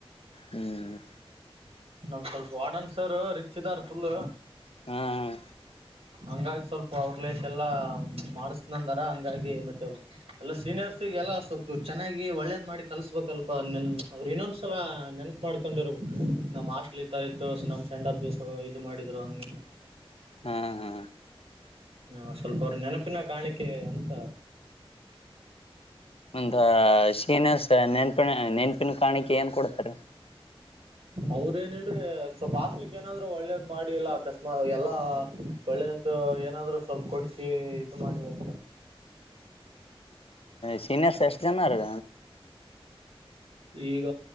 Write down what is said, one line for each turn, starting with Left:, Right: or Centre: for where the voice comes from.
Left: ಹ್ಮ್
Right: ನಮ್ ಸ್ವಲ್ಪ ವಾಡನ್ಸರ್ ರಿಚ್ ಇದಾರ್ ಫುಲ್
Left: ಹಾ ಹಾ
Right: ಹಂಗಾಗಿ ಸ್ವಲ್ಪ ಅವ್ರಲಸ್ ಎಲ್ಲಾ ಮಾಡಿಸನಂದಾರ ಹಂಗಾಗಿ ಮತ್ತೆ ಎಲ್ಲ ಸೀನಿಯರ್ಸಿಗೆ ಎಲ್ಲ ಸೊಪ್ಪು ಚೆನ್ನಾಗಿ ಒಳ್ಳೇದ್ ಮಾಡಿ ಕಲ್ಸ್ಬೇಕಲ್ಪ ನಿೆಲ್ ಅವ್ರು ಇನ್ನೊಂದ್ಸಲ ನೆನಪು ಮಾಡ್ಕೊಂಡಿರಬೇಕು ನಮ್ಮ್ ಆಸ್ಟ್ಲ್ ಈ ಥರ ಇತ್ತು ನಮ್ಮ್ ಸ್ಯಾಂಡ್ಪ್ ದಿವ್ಸ ಮಾಡಿದ್ರು ಹಂಗ
Left: ಹಾ ಹಾ
Right: ಹಾ ಸ್ವಲ್ಪ ಅವ್ರ ನೆನಪಿನ ಕಾಣಿಕೆ ಅಂತ
Left: ಒಂದು ಶೀನಸ್ ನೆನ್ಪಿನ ನೆನ್ಪಿನ ಕಾಣಿಕೆ ಏನ್ ಕೊಡ್ತಾರೆ
Right: ಅವ್ರ ಏನ್ ಹೇಳ್ರಿ ಸ್ವಲ್ಪಪ್ ಹಾಸ್ಲಿಕ್ ಏನಾದ್ರರು ಒಳ್ಳೇದ್ ಮಾಡಿ ಇಲ್ಲ ಅಕಸ್ಮಾ ಎಲ್ಲಾ ಒಳ್ಳೇದ ಇ ಏನಾದ್ರು ಸ್ವಲ್ಪ ಕೊಡಿಸಿ ಇದು ಮಾಡಿ ಹೋಗ
Left: ಸೀಿನಿಯರ್ ಸಿಟಿಜನ್ ಅಂದ
Right: ಈಗ